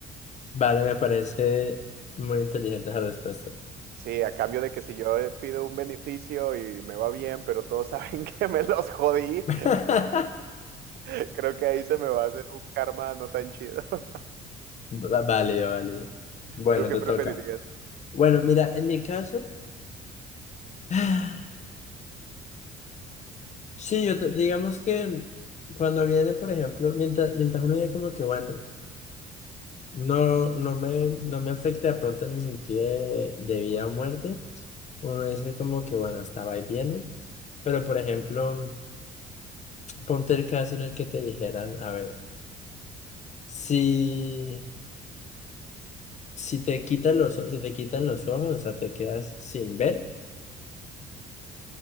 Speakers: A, on the left (about 45°); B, on the right (about 70°).
A: Vale, me parece muy inteligente esa respuesta.
B: Sí, a cambio de que si yo eh, pido un beneficio y me va bien, pero todos saben <laughs> que me los jodí,
A: <laughs>
B: <laughs> creo que ahí se me va a hacer un karma no tan chido. <laughs>
A: Va- Válido, válido. Bueno,
B: ¿Tú qué
A: te
B: preferirías?
A: toca. Bueno, mira, en mi caso, <sighs> sí, yo te- digamos que cuando viene, por ejemplo, mientras, mientras uno dice como que, bueno, no, no me, no me afecta de pronto en el sentido de, de vida o muerte, uno dice como que, bueno, hasta va y viene. Pero, por ejemplo, ponte el caso en el que te dijeran, a ver, si, si te quitan los, o- si te quitan los ojos, o sea, te quedas sin ver,